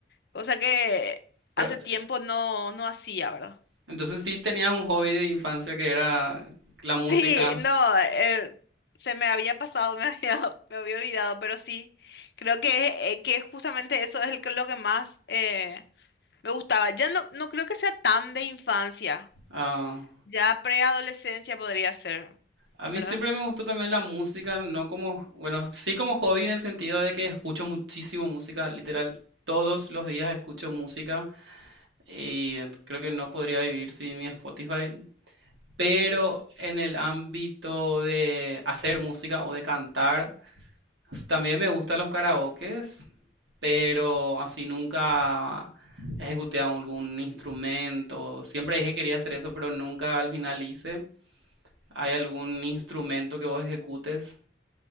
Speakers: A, on the left; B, on the right.
A: cosa que
B: Pero,
A: hace
B: o sea,
A: tiempo no, no hacía, ¿verdad?
B: entonces sí tenías un hobby de infancia que era la música.
A: Sí, no, eh, se me había pasado, me había, <laughs> me había olvidado, pero sí, creo que, eh, que justamente eso es el que- lo que más eh, me gustaba. Ya no, no creo que sea tan de infancia,
B: Ah,
A: ya preadolescencia podría ser,
B: a mí
A: ¿verdad?
B: siempre me gustó también la música, no como, bueno, sí como hobby en el sentido de que escucho muchísimo música, literal, todos los días escucho música. Y creo que no podría vivir sin mi Spotify. Pero en el ámbito de hacer música o de cantar, también me gustan los karaokes, pero así nunca ejecuté algún instrumento. Siempre dije que quería hacer eso, pero nunca al final hice. ¿Hay algún instrumento que vos ejecutes?